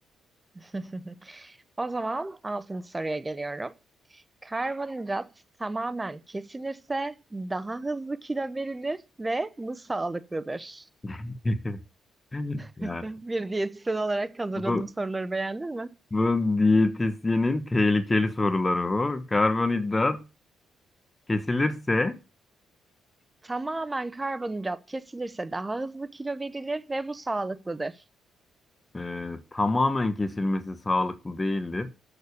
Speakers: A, on the right; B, on the left.
A: <laughs> O zaman altıncı soruya geliyorum. Karbonhidrat tamamen kesilirse daha hızlı kilo verilir ve bu sağlıklıdır.
B: <laughs> <laughs> Ya
A: <laughs> Bir diyetisyen olarak hazırladığım
B: bu
A: soruları beğendin
B: bu diyetisyenin tehlikeli soruları o. Karbonhidrat kesilirse
A: Tamamen karbonhidrat kesilirse daha hızlı kilo verilir ve bu sağlıklıdır.
B: e, tamamen kesilmesi sağlıklı değildir.